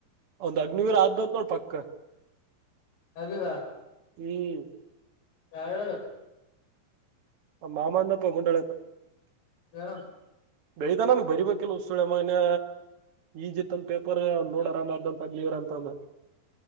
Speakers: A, on the right; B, on the left.
A: ಒಂದ್ ಅಗ್ನಿವೀರ ಆದ ನೋಡ್ ಪಕ್ಕ
B: ಅದದಾ
A: ಹ್ಮ್
B: ರಾವನಗರ್
A: ಮಾಮ್ಣಪ್ಪ ಗುಂಡಾಳತ
B: ಹಾ
A: ಬೆಳದ ನನ್ಗ್ ಬರಿಬೇಕಿಲ್ಲ ಉಸುಳೆ ಮನೆ ಈಜಿತ್ತಂದ ಪೇಪರ್ ನೋಡ್ ಆರಾಮ ಆದ ಅಂತ ಆಗ್ ಅಂತಂದ